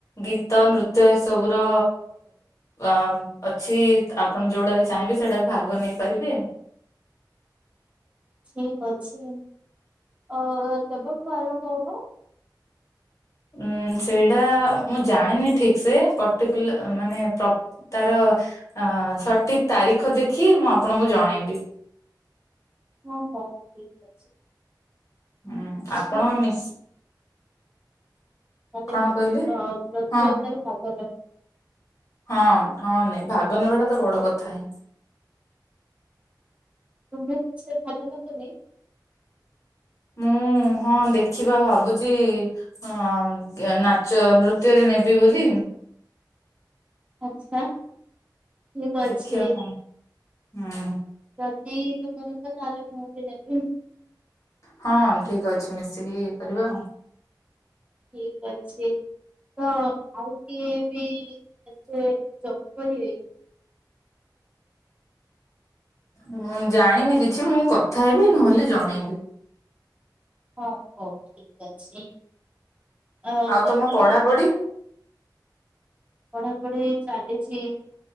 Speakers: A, on the left; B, on the right.
A: ଗୀତ ନୃତ୍ୟ ଏସବୁର ଅ ଅଛି ଆପଣ ଯୋଉଟାରେ ଚାହିଁବେ ସେଇଟା ଭାଗ ନେଇପାରିବେ।
B: ଠିକ ଅଛି ଅ କେବେଠୁ ଆରମ୍ଭ ହବ?
A: ଉଁ ସେଇଟା ମୁଁ ଜାଣିନି ଠିକ ସେ ପର୍ଟିକୁଲ ମାନେ ପ ତାର ସଠିକ ତାରିଖ ଦେଖି ମୁଁ ଆପଣଙ୍କୁ ଜଣେଇବି।
B: ହଁ ହଉ ଠିକ ଅଛି।
A: ହୁଁ
B: ଯଦି
A: ଆପଣ ମିଶ୍
B: ମୋତେ
A: କଣ କହିଲେ?
B: ଅ ପ୍ରତିଯୋଗିତାରେ
A: ହଁ
B: ଭାଗ ନ
A: ହଁ ହଁ ନାଇଁ ଭାଗନେବାଟାତ ବଡ କଥା ହିଁ।
B: ତୁମେ କିଛିରେ ଭାଗ ନେବନି?
A: ମୁଁ ହଁ ଦେଖିବା ଭାବୁଛି ହଁ ନାଚ ନୃତ୍ୟରେ ନେବି ବୋଲି।
B: ଆଚ୍ଛା। ଠିକ
A: ଦେଖିବା
B: ଅଛି
A: କଣ ହୁଁ।
B: ଯଦି ତୁମେ ନେବ ତାହେଲେ ମୁଁ ବି ନେବି।
A: ହଁ ଠିକ ଅଛି ମିଶିକିରି କରିବା ଆଉ।
B: ଠିକ ଅଛି ତ ଆଉ କିଏ ବି ଏଥିରେ ଯୋ କରିବେ
A: ମୁଁ ଜାଣିନି କିଛି ମୁଁ କଥା ହେବି ନହେଲେ ଜଣେଇବି।
B: ହଁ ହଉ ଠିକ ଅଛି ଅ
A: ଆଉ
B: ବର୍ତ୍ତମାନ୍
A: ତମ ପଢାପଢି
B: ପଢାପଢି ଚାଲିଛି।